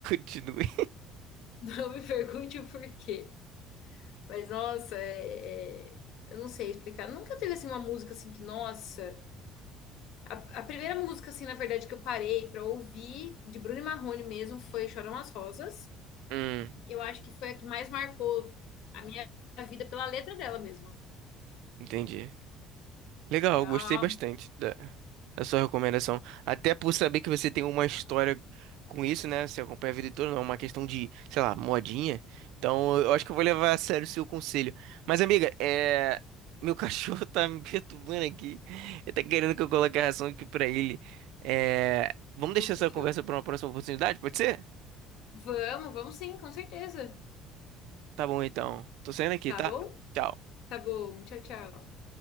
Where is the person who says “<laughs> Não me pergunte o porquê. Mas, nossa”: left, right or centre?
Left